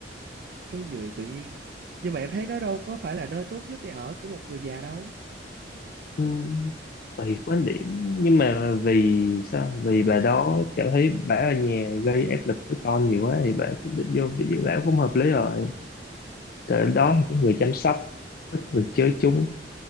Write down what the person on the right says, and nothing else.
cái gì tự nhiên nhưng mà em thấy nó đâu có phải là nơi tốt nhất để ở của một người già đâu
ờ